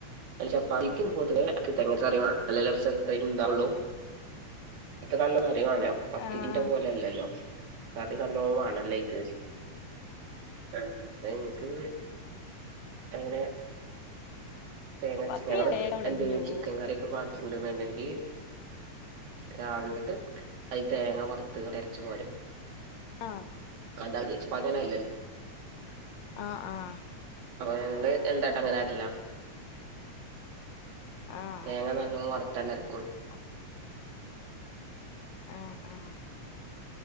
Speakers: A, on the right (about 75°); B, on the left (about 75°).
A: ചപ്പാത്തിക്ക് പൊതുവെ തെങ്ങഅരച്ച കറി വേണം <inaudible> ഉണ്ടാവുള്ളു ഇനിക്ക് നല്ല കറി വണോ പത്തിക്കന്റെ
B: ആഹ്
A: പോലെല്ലല്ലോ കറി കല്ലോ ആണ ലൈക്ക് ആഹ അ എനിക്ക് അങ്ങനെ തേങ്ങരച്ച
B: പത്തിരി
A: ഞങ്ങള്ൾ
B: വേഗം
A: രണ്ടുപേരും
B: ഒടഞ്ഞു
A: എന്തെയും
B: പോവും
A: ചിക്കൻ കറിയൊക്കെ ബാക്കയുണ്ട് എന്നുണ്ടെങ്കിൽ രാവിലോട്ട് അതി തേങ്ങ വറുത്അരച്ച് പോരും
B: ആഹ
A: അത അ പതനല്ലല്ലേ
B: ആഹ് ആഹാ
A: അപ്പൊ ഞങ്ങള് എന്തായിട്ട് അങ്ങന ആട്ടല്ലാ
B: ആഹ്
A: തേങ്ങ നല്ലോണം വറുത്താലെ അരക്കും
B: <unintelligible> ആഹ ആഹ